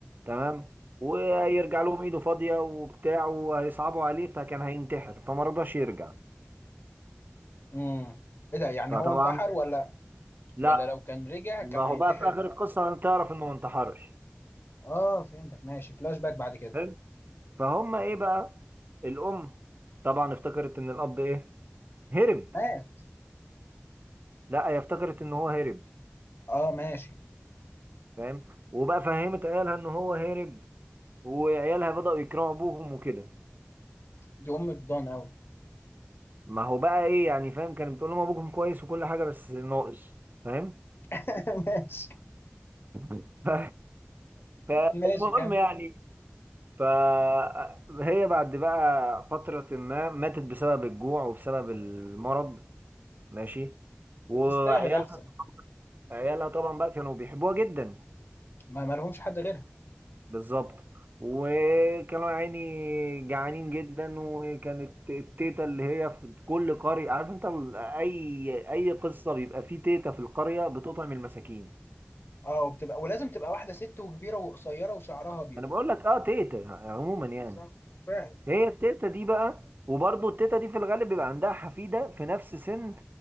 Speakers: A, on the right; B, on the left.
A: تمام وهيرجع لهم ايده فاضيه وبتاع وهيصعبوا عليه فكان هينتحر فما رضاش يرجع
B: امم ايه ده يعني
A: فطبعا
B: هو انتحر ولا
A: لا
B: ولا لو كان رجع
A: ما
B: كان
A: هو
B: هينتحر
A: بقى في اخر القصه هتعرف انه ما انتحرش
B: اه فهمتك ماشي فلاش باك بعد كده
A: حلو فهم ايه بقى الام طبعا افتكرت ان الاب ايه هرب
B: مات
A: لا هي افتكرت ان هو هرب
B: اه ماشي
A: فاهم وبقى فهمت عيالها ان هو هرب وعيالها بدأوا يكرهوا ابوهم وكده
B: دي ام بضان قوي
A: ما هو بقى ايه يعني فاهم كانت بتقول لهم ابوكم كويس وكل حاجه بس ناقص فاهم
B: <laughs> ماشي
A: <laughs> ف... فالمهم
B: ماشي كان
A: يعني فهي بعد بقى فتره ما ماتت بسبب الجوع وبسبب المرض ماشي وعيالها
B: تستاهل احسن
A: عيالها طبعا بقى كانوا بيحبوها جدا
B: ما ما لهمش حد غيرها
A: بالظبط وكانوا يا عيني جعانين جدا وكانت التيتا اللي هي في كل قرية عارف انت ال- اي اي قصة بيبقى فيه تيتا في القرية بتطعم المساكين
B: اه وبتبقى ولازم تبقى واحده ست وكبيره وقصيره وشعرها ابيض
A: انا بقول لك اه تيتا عموما يعني
B: بالظبط فعلا
A: هي التيتا دي بقى وبرضه التيتا دي في الغالب بيبقى عندها حفيده في نفس سن